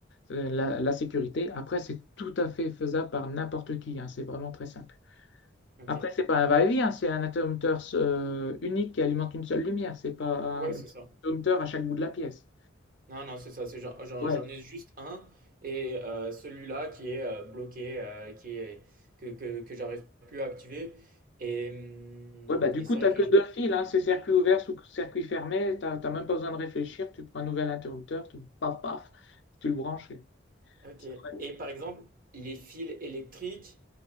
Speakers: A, on the left; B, on the right.
A: euh, la, la sécurité. Après, c'est tout à fait faisable par n'importe qui, hein, c'est vraiment très simple.
B: OK.
A: Après, c'est pas un va-et-vient, hein, c'est un interrupteur euh, unique qui alimente une seule lumière, c'est pas un
B: Ouais, c'est ça.
A: interrupteur à chaque bout de la pièce.
B: Non, non, c'est ça, c'est j'en j'en
A: Ouais,
B: j'en ai juste un et heu, celui-là qui est, heu, bloqué, heu, qui est que que que j'arrive plus à activer et mmh
A: ouais bah, du
B: et
A: coup,
B: c'est
A: tu
B: vrai
A: n'as
B: que
A: que deux fils, hein, c'est circuit ouvert sous circuit fermé, tu n'as même pas besoin de réfléchir, tu prends un nouvel interrupteur, tu, paf, paf, tu le branches. et
B: OK
A: ça va.
B: et par exemple, les fils électriques,